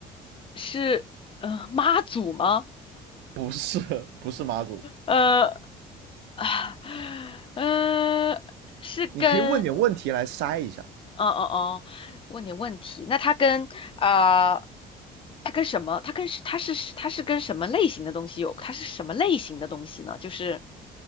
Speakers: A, on the left; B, on the right.
A: 是呃妈祖吗？
B: 不是 <laughs> 不是妈祖。
A: 呃啊呃，是跟
B: 你可以问点问题来筛一下，
A: 哦哦哦，问你问题，那他跟啊，他跟什么？他跟是他是他是跟什么类型的东西有？他是什么类型的东西呢？就是